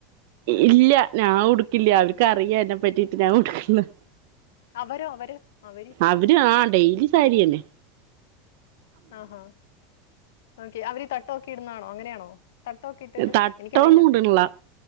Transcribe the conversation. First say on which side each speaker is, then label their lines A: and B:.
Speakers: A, on the right; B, on the left.
A: ഇല്ല ഞാൻ ഉടുക്കില്ല അവർക്ക് അറിയ എന്നെ പറ്റീട്ട് ഞാൻ ഉടുക്കൂ ന്നു.
B: അവരോ? അവര് അവര്.
A: അവര് ആഹ് ഡെയിലി സാരിയന്നെ.
B: ആഹാ, ഓക്കെ അവര് തട്ടോക്കെ ഇടുന്നാണോ? അങ്ങനെയാണോ? തട്ടൊക്കെ ഇട്ടിട്ട്
A: തട്ടൊന്നും
B: എനിക്കറിയില്ല.
A: ഇടണില്ല